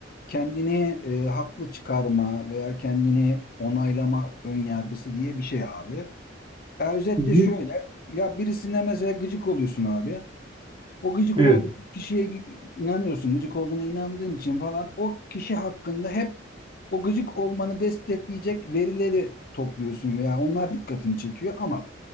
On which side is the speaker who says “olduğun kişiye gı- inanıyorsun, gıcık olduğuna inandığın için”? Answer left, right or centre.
Left